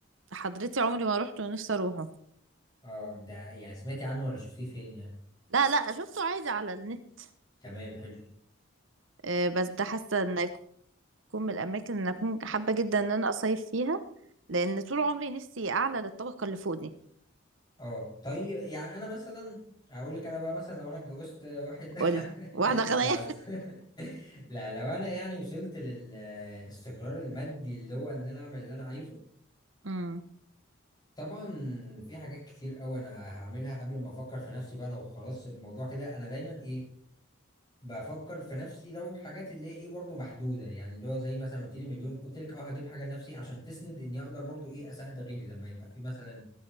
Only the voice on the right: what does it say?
حضرتي عمري ما روحت ونفسي أروحه
لا لا شفته عادي على النت
آه بس ده حاسة إن تكون من الاماكن اللي انا اكون حابه جدا ان انا اصيف فيها لان طول عمري نفسي اعلى للطبقه اللي فوق دي
قول
واحده غنيه
امم